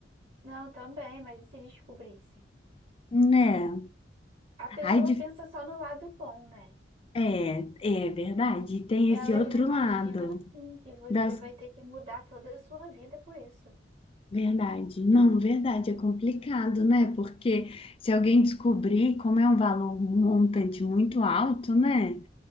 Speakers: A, on the right; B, on the left.
A: Não, também, mas e se descobrisse?
B: Né?
A: A pessoa
B: Ai,
A: pensa só no lado bom, né?
B: É, é verdade. Tem
A: Elas
B: esse outro
A: não imaginam
B: lado
A: assim que você
B: das
A: vai ter que mudar toda a sua vida por isso.
B: verdade. Não, verdade, é complicado, né? Porque se alguém descobrir como é um valor um montante muito alto, né?